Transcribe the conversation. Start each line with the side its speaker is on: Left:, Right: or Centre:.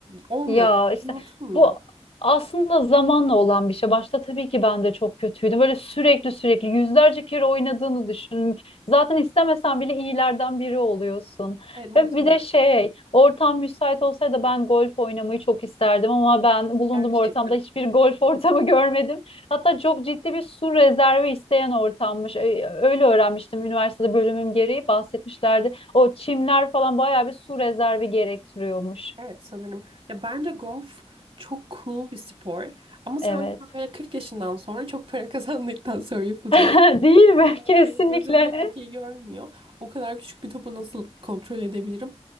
Right: Olmuyor
Left: Ya işte
Right: yani. Unutulmuyor.
Left: bu aslında zamanla olan bir şey. Başta tabii ki ben de çok kötüydüm. Böyle sürekli sürekli yüzlerce kere oynadığını düşün. Zaten istemesen bile iyilerden biri oluyorsun.
Right: Evet muhtemelen.
Left: Ve bir de şey, ortam müsait olsaydı ben golf oynamayı çok isterdim ama ben bulunduğum
Right: Gerçekten.
Left: ortamda hiçbir golf ortamı <laughs> görmedim. Hatta çok ciddi bir su rezervi isteyen ortammış. Ö- Öyle öğrenmiştim üniversitede bölümüm gereği bahsetmişlerdi. O çimler falan bayağı bir su rezervi gerektiriyormuş.
Right: Evet sanırım. Ya bence golf çok cool bir spor. Ama sanki
Left: Evet.
Right: böyle 40 yaşından sonra çok para <laughs> kazandıktan sonra yapılacak.
Left: <laughs> Değil mi? <laughs> Kesinlikle.
Right: Benim gözümde çok iyi görmüyor. O kadar küçük bir topu nasıl kontrol edebilirim?